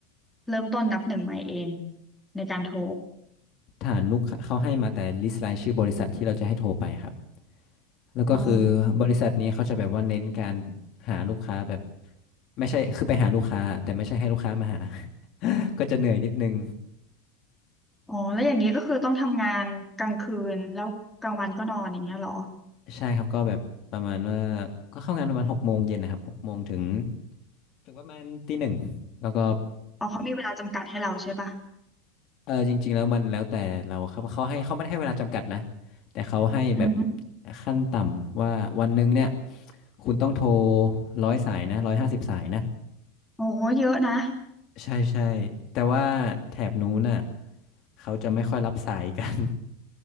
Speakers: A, in the centre; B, on the left.
A: เริ่มต้นนับหนึ่งใหม่เองในการโทร
B: ฐานลูกค้าเขาให้มาแต่ลิสต์รายชื่อบริษัทที่เราจะให้โทรไปครับแล้วก็คือบริษัทนี้เขาจะแบบว่าเน้นการ
A: อ๋อ
B: หาลูกค้าแบบไม่ใช่คือไปหาลูกค้าแต่ไม่ใช่ให้ลูกค้ามาหา <laughs> ก็จะเหนื่อยนิดนึง
A: อ๋อแล้วอย่างนี้ก็คือต้องทำงานกลางคืนแล้วกลางวันก็นอนอย่างเงี้ยเหรอ
B: ใช่ครับก็แบบประมาณว่าก็เข้างานประมาณหกโมงเย็นนะครับหกโมงถึงถึงประมาณตีหนึ่งแล้วก็
A: อ๋อเขามีเวลาจำกัดให้เราใช่ปะ
B: เออจริงๆแล้วมันแล้วแต่เราครับเขาให้เขาไม่ได้ให้เวลาจำกัดนะแต่เขาให้แบบ
A: อืม
B: ขั้นต่ำว่าวันหนึ่งเนี่ยคุณต้องโทรร้อยสายนะร้อยห้าสิบสายนะ
A: โอ้โหเยอะนะ
B: ใช่ใช่แต่ว่าแถบนู้นน่ะเขาจะไม่ค่อยรับสายกัน